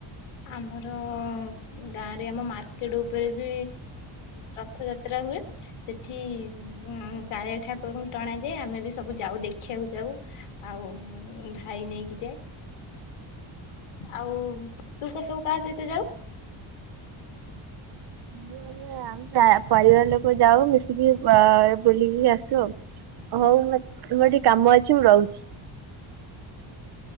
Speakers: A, on the left; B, on the right.
A: ଆମର, ଗାଁରେ ଆମ ମାର୍କେଟ ଉପରେ, ବି ରଥ ଯାତ୍ରା ହୁ ହୁଏ। ସେଠି ଉ କାଳିଆ ଠାକୁରଙ୍କୁ ଟଣା ଯାଏ। ଆମେ ବି ସବୁ ଯାଉ ଦେଖିବାକୁ ଯାଉ ଆଉ ଭାଇ ନେଇକି ଯାଏ। ଆଉ ତୁ କହ ସବୁ କାହା ସହିତ ଯାଉ?
B: ମୁଁ ଆମେ ଜା, ପରିବାର ଲୋକ ଯାଉ। ମିଶିକି ଆ, ବୁଲିକି ଆସୁ ଆଉ। ହଉ ମ- ମୋର ଟିକେ କାମ ଅଛି ମୁଁ ରହୁଛି।
A: <inaudible>